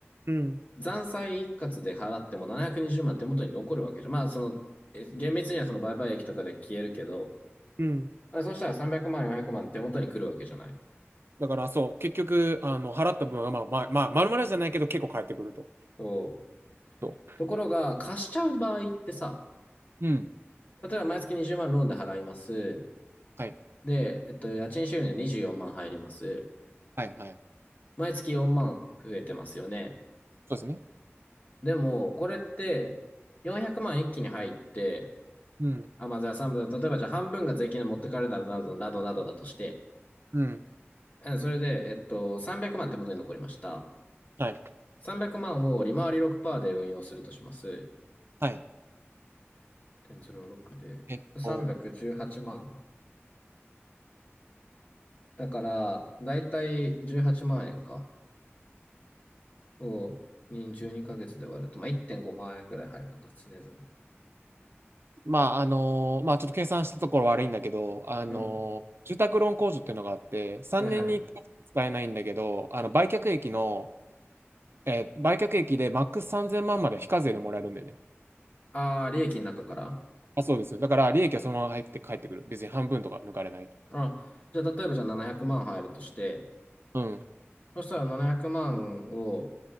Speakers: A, on the right; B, on the left.
A: うん。
B: 残債一括で払っても720万手元に残るわけじゃん。まあ、その、厳密にはその売買益とかで消えるけど、
A: うん。
B: そうしたら300万、400万手元に来るわけじゃない。
A: だからそう、結局、あの、払った分は、まあ、まあ、まあ、丸々じゃないけど、結構返ってくると。
B: そう。
A: そ
B: ところが、貸しちゃう場合ってさ、
A: う。うん。
B: 例えば毎月20万ローンで払います。
A: はい。
B: で、えっと、家賃収入で24万入ります。
A: はい、はい。
B: 毎月4万増えてますよね。
A: そうですね。
B: でも、これって、400万一気に入って、
A: うん。
B: あ、まあ、じゃあ3分、例えばじゃあ半分が税金で持ってかれるなどなどなどなどだとして、
A: うん。
B: うんそれで、えっと、300万手元に残りました。
A: はい。
B: 300万を利回り6%で運用するとします。
A: はい。
B: 0.06で。
A: えっと、
B: 318万。だから、だいたい18万円か。を、に12ヶ月で割ると、まあ、1.5万円ぐらい入るのか、常々。
A: まあ、あのーまあ、ちょっと計算したところ悪いんだけど、あのー住宅ローン控除っていうのがあって、
B: うん。
A: 3年にいっかい使えないんだけど、
B: はいはい。
A: あの、売却益の、えー売却益でマックス3000万まんまで非課税でもらえるんだよね。
B: ああ、利益の中から。
A: あ、そうです。だから、利益はそのまま入って帰ってくる。別に半分とか抜かれない。
B: あ、じゃあ、例えばじゃあ700万入るとして、
A: うん。
B: そしたら700万を